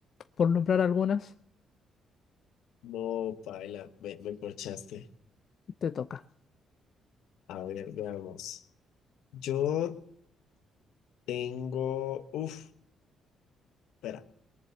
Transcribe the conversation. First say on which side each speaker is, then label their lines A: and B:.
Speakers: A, on the left; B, on the left.
A: por nombrar algunas,
B: no, paila. Me, me corchaste.
A: te toca.
B: A ver, veamos. Yo tengo, uf, espera.